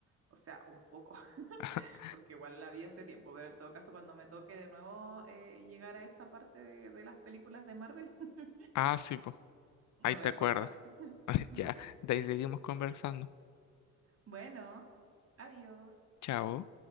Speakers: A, on the right (about 50°); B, on the left (about 70°).
A: O sea, un poco, <laughs>
B: <laughs>
A: porque igual la vi hace tiempo, pero en todo caso, cuando me toque de nuevo eh, llegar a esa parte de, de las películas de Marvel, <laughs>
B: Ah, sí, pues,
A: me
B: ahí
A: voy
B: te
A: a
B: acuerdas.
A: acordar.
B: <laughs>
A: <laughs>
B: Ya,
A: Sí.
B: de ahí seguimos conversando.
A: Bueno, adiós.
B: Chao.